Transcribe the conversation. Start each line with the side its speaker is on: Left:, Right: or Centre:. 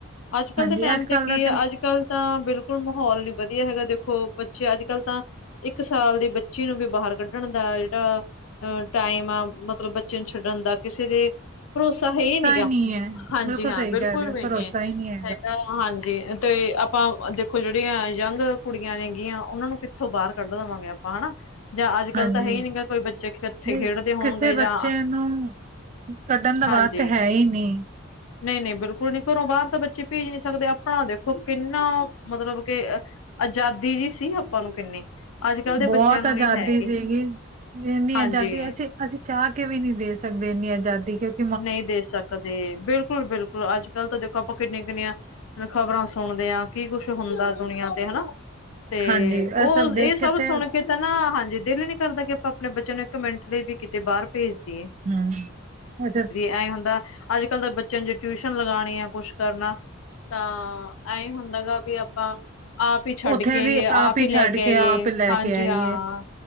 Left: ਅੱਜ ਕੱਲ
Right: ਹਾਂਜੀ
Left: ਦੇ ਟਾਈਮ
Right: ਅੱਜ
Left: ਤੇ
Right: ਕੱਲ
Left: ਕੀ
Right: ਦਾ
Left: ਹੈ। ਅੱਜ ਕੱਲ, ਤਾਂ ਬਿਲਕੁਲ ਮਾਹੌਲ ਨੀ ਵਧੀਆ ਹੈਗਾ ਦੇਖੋ ਬੱਚੇ ਅੱਜ ਕੱਲ੍ਹ ਤਾਂ ਇੱਕ ਸਾਲ ਦੀ ਬੱਚੀ ਨੂੰ ਵੀ ਬਾਹਰ ਕੱਢਣ ਦਾ ਜਿਹੜਾ। ਅਹ ਟਾਈਮ ਆ ਮਤਲਬ ਬੱਚੇ ਨੂੰ ਛੱਡਣ ਦਾ ਕਿਸੇ ਦੇ ਭਰੋਸਾ ਹੈ ਹੀ ਨੀ ਗਾ
Right: ਨਹੀਂ ਹੈ
Left: ਹਾਂਜੀ
Right: ਬਿਲਕੁਲ
Left: ਹਾਂ
Right: ਸਹੀ
Left: ਬਿਲਕੁਲ
Right: ਕਹਿ ਰਹੇ ਹੋ
Left: ਵੀ
Right: ਭਰੋਸਾ
Left: ਨੀ
Right: ਹੀ ਨਹੀਂ
Left: ਹੈਗਾ। ਹਾਂਜੀ ਤੇ ਆਪਾਂ ਦੇਖੋ ਜਿਹੜੀਆਂ ਯੰਗ ਕੁੜੀਆਂ ਨੇਗੀਆਂ। ਉਹਨਾਂ ਨੂੰ ਕਿੱਥੋਂ ਬਾਹਰ‌, ਕੱਢ ਦੇਵਾਂਗੇ ਆਪਾਂ ਹਨਾ। ਜਾਂ ਅੱਜ
Right: ਹਾਂਜੀ
Left: ਕੱਲ੍ਹ ਤਾਂ ਹੈ ਹੀ ਨਹੀਂੀ ਗ ਕੋਈ ਬੱਚੇ ਇਕੱਠੇ
Right: ਬਈ
Left: ਖੇਡਦੇ ਹੋਣਗੇ
Right: ਕਿਸੇ
Left: ਜਾਂ
Right: ਬੱਚੇ ਨੂੰ ਕੱਢਣ ਦਾ
Left: ਹਾਂਜੀ
Right: ਬਾਅਦ ਤਾਂ ਹੈ ਹੀ ਨਹੀਂ।
Left: ਨਹੀਂ ਨਹੀਂ, ਬਿਲਕੁਲ ਨਹੀਂ ਘਰੋਂ ਬਾਹਰ ਤਾਂ ਬੱਚੇ ਭੇਜ ਨਹੀਂ ਸਕਦੇ ਆਪਣਾ ਦੇਖੋ ਕਿੰਨਾ। ਮਤਲਬ ਕੇ ਆਜ਼ਾਦੀ ਜਿ ਸੀ ਆਪਾਂ ਨੂੰ ਕਿੰਨੀ ਅੱਜ ਕੱਲ੍ਹ ਦੇ
Right: ਬਹੁਤ
Left: ਬੱਚਿਆਂ ਨੂੰ
Right: ਆਜ਼ਾਦੀ
Left: ਨੀ ਹੈਗੀ
Right: ਸੀਗੀ ਇੰਨੀ
Left: ਹਾਂਜੀ
Right: ਆਜ਼ਾਦੀ ਅਸੀਂ ਅਸੀਂ ਚਾਹ ਕੇ ਵੀ ਨਹੀਂ ਦੇ ਸਕਦੇ ਇੰਨੀ ਆਜ਼ਾਦੀ ਕਿਉਂਕ
Left: ਨਹੀਂ ਦੇ ਸਕਦੇ ਬਿਲਕੁਲ ਬਿਲਕੁਲ ਅੱਜ ਗੱਲ ਤਾਂ ਦੇਖੋ ਆਪਾਂ ਕਿੰਨੀਆਂ ਕਿੰਨੀਆਂ ਖ਼ਬਰਾਂ ਸੁਣਦੇ ਹਾਂ ਕੀ ਕੁੱਛ ਹੁੰਦਾ ਦੁਨੀਆਂ ਤੇ ਹਨਾ। ਤੇ
Right: ਹਾਂਜੀ ਇਹ
Left: ਉਹ
Right: ਦੇਖ
Left: ਇਹ ਸਭ
Right: ਕੇ ਤੇ
Left: ਸੁਣ ਕਿਤੇ ਨਾ ਹਾਂਜੀ ਦਿਲ ਹੀ ਨੀ ਕਰਦਾ ਕਿ ਆਪਾਂ ਆਪਣੇ ਬੱਚੇ ਨੂੰ ਇੱਕ ਮਿੰਟ ਲਈ ਵੀ ਕਿਤੇ ਬਾਹਰ ਭੇਜਦੀਏ
Right: ਹਮ ਮ
Left: ਐਂ ਹੁੰਦਾ ਅੱਜ ਕੱਲ੍ਹ ਦੇ ਬੱਚਿਆਂ ਚੇ ਟਿਊਸ਼ਨ ਲਗਾਣੀ ਆ ਕੁਛ ਕਰਨਾ ਤਾਂ ਐ ਹੁੰਦਾ ਗਾ ਵੀ ਆਪਾਂ ਆਪ ਹੀ ਛੱਡ
Right: ਉੱਥੇ
Left: ਕੇ
Right: ਵੀ
Left: ਆਈਏ ਆਪ ਹੀ ਲੈ
Right: ਛੱਡ
Left: ਕੇ ਆਈਏ
Right: ਆਪ ਲੈ
Left: ਹਾਂਜੀ
Right: ਕੇ ਆਈਏ
Left: ਹਾਂ।